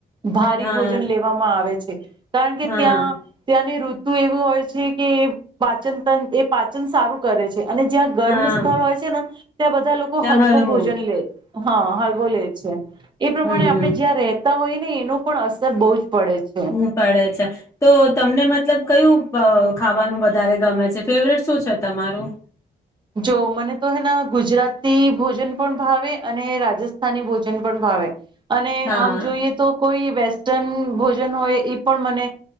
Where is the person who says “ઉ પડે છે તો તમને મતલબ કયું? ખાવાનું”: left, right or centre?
Left